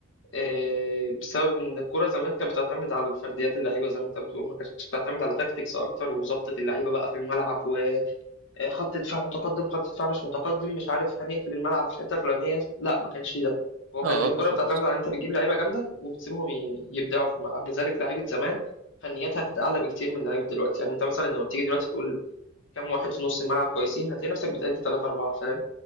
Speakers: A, on the left (about 60°); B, on the right (about 75°).
A: آه، بسبب إن الكرة زمان كانت بتعتمد على الفرديات اللعيبة زي ما أنت بتقول ما كانتش بتعتمد على تاكتكس أكتر وظبطة اللعيبة بقى في الملعب وخط دفاع متقدم خط دفاع مش متقدم مش عارف هنقفل الملعب في الحتة الفلانية لا ما كانش ده هو
B: اه
A: كانت الكرة
B: اه بالظبط
A: بتعتمد على إن أنت بتجيب لعيبة جامدة وبتسيبهم ي- يبدعوا في الملعب لذلك لعيبة زمان فنياتها كانت أعلى بكتير من لعيبة دلوقتي يعني أنت مثلا لما بتيجي دلوقتي تقول كام واحد في نص الملعب كويسين هتلاقي نفسك بتأدي تلاتة أربعة فاهم